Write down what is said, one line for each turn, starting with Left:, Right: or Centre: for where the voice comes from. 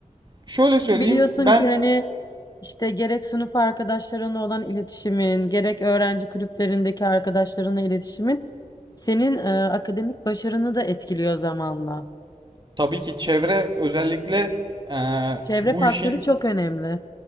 Right: şöyle
Left: Çünkü
Right: söyleyeyim
Left: biliyorsun
Right: ben
Left: ki hani işte gerek sınıf arkadaşlarınla olan iletişimin, gerek öğrenci kulüplerindeki arkadaşlarınla iletişimin senin e, akademik başarını da etkiliyor zamanla.
Right: tabii ki çevre özellikle e,
Left: Çevre
Right: bu
Left: faktörü
Right: işin
Left: çok önemli.